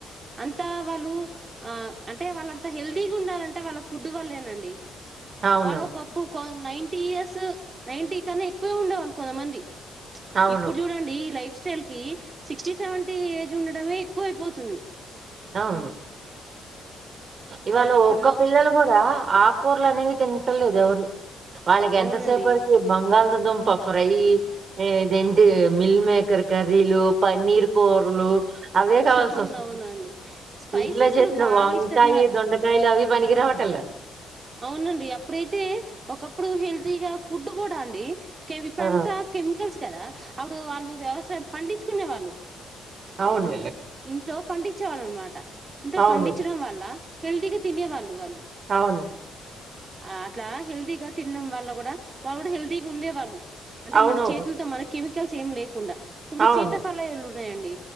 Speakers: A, on the right; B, on the right.
A: అంతా వాళ్ళు ఆ అంటే వాళ్ళంత హెల్దీగ ఉన్నారంటే వాళ్ళ ఫుడ్ వాళ్ళేనండి
B: అవునవును.
A: వాళ్ళు ఒకప్పుడు నైటీ ఇయర్స్ నైటీ కన్న ఎక్కువే ఉండే వాళ్ళు కొంతమంది
B: అవును.
A: ఇప్పుడు చూడండి ఈ లైఫ్ స్టైల్ కి సిక్స్టీ సెవెంటీ ఏజ్ ఉండడమే ఎక్కువ అయిపోతుంది
B: అవును ఇవాళ
A: వాళ్ళు అప్పట్లో
B: ఒక్క పిల్లలు కూడ ఆకూకురలు అనేవి తింట లేదు ఎవరు వాళ్ళకి
A: అవునండి
B: ఎంతసేపటికి బంగాల్ దుంప ఫ్రై ఇదేంటి మిల్ మేకర్ కర్రీలు పన్నీరు కూరలు అవే కావాల్సి
A: అవునవును
B: <unintelligible>
A: అండి స్పైసెస్లు
B: ఇంట్లో చేసిన
A: బాగా
B: వానకాయ
A: ఇష్టంగా
B: దొండకాయలు అవి పనికిరావటల్లా
A: అవునండి అప్పుడైతే ఒకప్పుడు హెల్తీగా ఫుడ్ కూడా అండి ఇప్పుడంతా
B: ఆ
A: కెమికల్స్ కదా అప్పుడు వాళ్ళు వ్యవసాయం పండించుకునే వాళ్ళు
B: అవును
A: ఇంట్లో పండి చే వాళ్ళు అనమాట <unintelligible>
B: అవును
A: పండించడం వల్ల హెల్తీగా తినేవాళ్ళు వాళ్ళు
B: అవును
A: ఆ ఇట్లా హెల్దీ గా తినడం వల్ళ కూడ వాళ్ళు కూడ హెల్దీగా ఉండే వాళ్ళు అంటే
B: అవునవును
A: మన చేతులతో మనె చేమికల్స్ ఎం లేకుండా ఇప్పుడు
B: అవును
A: సీతఫలలు ఉన్నాయండి